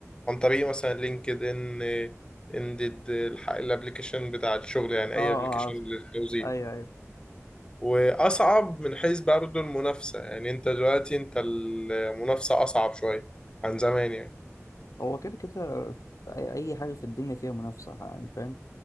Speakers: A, on the left; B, on the left.
A: عن طريق مثلا لينكد ان اندد الابلكيشن بتاع الشغل يعني
B: اه
A: اي
B: اه
A: ابلكيشن
B: عارف
A: للتوظيف
B: ايوه ايوه
A: واصعب من حيث برضه المنافسة يعني انت دلوقتي انت المنافسة اصعب شوية عن زمان يعني
B: هو كده كده اي أي حاجه في الدنيا فيها منافسه يعني فاهم